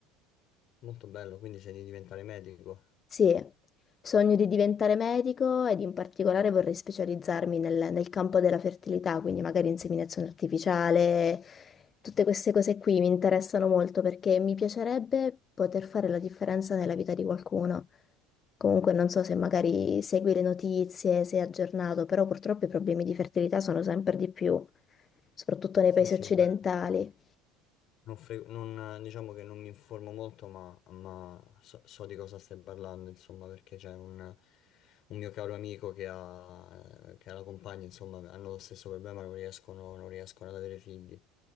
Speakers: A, on the left; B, on the left.
A: molto bello, quindi sei di diventare medico.
B: Sì, sogno di diventare medico ed in particolare vorrei specializzarmi nel, nel campo della fertilità, quindi magari inseminazione artificiale, tutte queste cose qui mi interessano molto perché mi piacerebbe poter fare la differenza nella vita di qualcuno. Comunque non so se magari segui le notizie, sei aggiornato, però purtroppo i problemi di fertilità sono sempre di più, soprattutto nei
A: Sì,
B: paesi
A: sì,
B: occidentali.
A: beh, non fre- non- diciamo che non mi informo molto, ma, ma so, so di cosa stai parlando, insomma, perché c'è un, un mio caro amico che ha, che ha la compagna, insomma, hanno lo stesso problema, non riescono, non riescono ad avere figli.